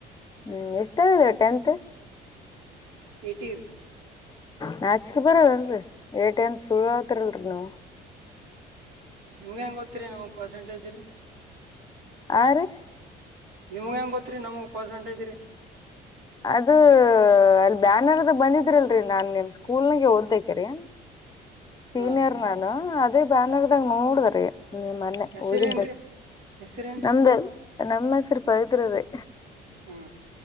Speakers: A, on the left; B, on the right.
A: ಹ್ಮ್ ಎಷ್ಟಗಿದ್ರ ಟೆಂತ್
B: ಏಟಿ ರ್
A: ನಾಚಿಕೆ ಬರಲ್ಲಲ್ರರಿ ಏಟ ಅಂತ ಸುಳ್ ಆತಿರಲ್ರರಿನು
B: ನಿವ್ ಹೆಂಗ ಗೊತ್ತಿರಿ ನಮಗ್ ಪರ್ಸೆಂಟೇಜರಿ
A: ಹಾ ರಿ
B: ನಿಮ್ಗ ಹೆಂಗ್ ಗೊತ್ರಿ ನಮಗ್ ಪರ್ಸೆಂಟೇಜ್ ರೀ
A: ಅದ ಅಲ್ ಬ್ಯಾನರ್ ಅದ ಬಂದಿದ್ರಿಲ್ರಿ ನಾನ್ ನಿಮ್ ಸ್ಕೂಲ್ ಹಾಗೆ ಓದಕೇರಿ ಸೀನಿಯರ್
B: ಹಾ ರೀ
A: ನಾನು ಅ ಅದೇ ಬ್ಯಾನರ್ದಾಗ ನೋಡಿದ್ರ ಮೊನ್ನೆ
B: ಹೆಸರೇನ್ರಿ
A: ಹೋಗಿದ್ದ
B: ಹೆಸರೇನ್ರಿ
A: ನಮ್ದ ನಮ್ಮ ಹೆಸರು ಪವಿತ್ರ ರೀ
B: ಹಾ